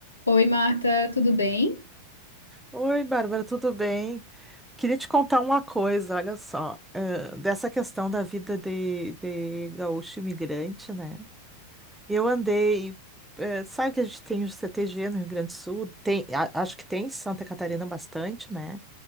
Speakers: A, on the left; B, in the centre.
A: Oi, Marta, tudo bem?
B: Oi, Bárbara, tudo bem? Queria te contar uma coisa, olha só, eh, dessa questão da vida de, de gaúcho imigrante, né? Eu andei, eh, sabe que a gente tem o CTG no Rio Grande do Sul, tem, a- acho que tem em Santa Catarina bastante, né?